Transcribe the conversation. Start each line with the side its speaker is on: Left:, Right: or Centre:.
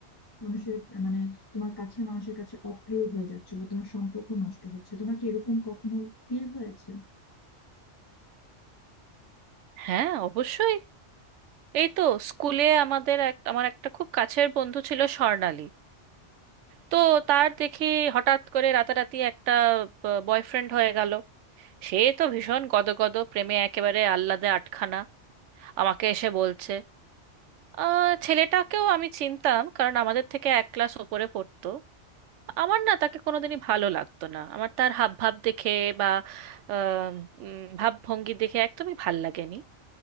Left: মানুষের মানে তোমার কাছের মানুষের কাছে অপ্রিয় হয়ে যাচ্ছো বা তোমার সম্পর্ক নষ্ট হচ্ছে তোমার কি এরকম কখনো ফিল হয়েছে
Right: হ্যাঁ অবশ্যই এই তো স্কুলে আমাদের এক আমার একটা খুব কাছের বন্ধু ছিল স্বর্ণালী তো তার দেখি হঠাৎ করে রাতারাতি একটা বয়ফ্রেন্ড হয়ে গেল সে তো ভীষণ গদগদ প্রেমে একেবারে আহ্লাদে আটখানা আমাকে এসে বলছে আহ, ছেলেটাকেও আমি চিনতাম কারণ আমাদের থেকে এক ক্লাস ওপরে পড়তো আমার না তাকে কোনোদিনই ভালো লাগতো না আমার তার হাবভাব দেখে বা আহ, উম, ভাবভঙ্গি দেখে একদমই ভাল লাগেনি